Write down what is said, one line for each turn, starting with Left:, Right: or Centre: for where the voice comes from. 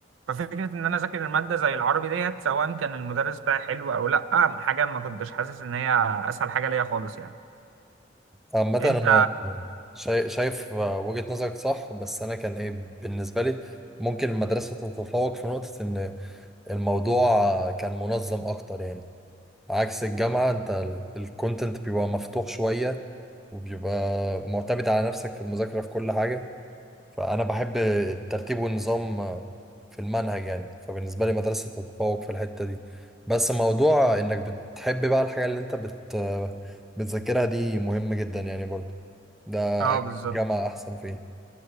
Right: ففكره ان انا اذاكر الماده زي العربي ديت سواء كان المدرس بتاعي حلو او لا حاجه ما كنتش حاسس ان هي اسهل حاجه ليا خالص يعني
Centre: عامة
Right: انت
Centre: أنا شاي- شايف وجهة نظرك صح بس أنا كان إيه بالنسبة لي ممكن المدرسة تتفوق في نقطة إن الموضوع كان منظم أكتر يعني عكس الجامعة أنت الكونتنت بيبقى مفتوح شوية وبيبقى معتمد على نفسك في المذاكرة في كل حاجة فأنا بحب الترتيب والنظام في المنهج يعني فبالنسبة لي مدرسة تتفوق في الحتة دي بس موضوع إنك بتحب بقى الحاجة اللي أنت بت بتذاكرها دي مهم جدا يعني برضه ده
Right: اه
Centre: أجيب
Right: بالظبط
Centre: جامعة أحسن فيه